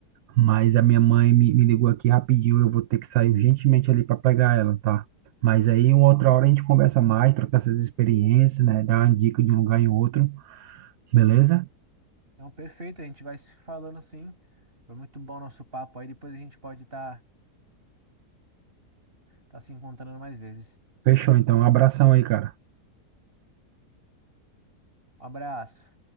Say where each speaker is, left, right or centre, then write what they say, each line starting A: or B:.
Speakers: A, on the right (about 70°); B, on the right (about 35°).
A: Mas a minha mãe me, me ligou aqui rapidinho, eu vou ter que sair urgentemente ali para pegar ela, tá? Mas aí, uma outra hora a gente conversa mais, troca essas experiências, né? Dá uma dica de um lugar em outro, beleza?
B: Então, perfeito, a gente vai se falando sim. Foi muito bom o nosso papo aí. Depois a gente pode estar tá, tá se encontrando mais vezes.
A: Fechou, então. Um abração aí, cara.
B: Um abraço.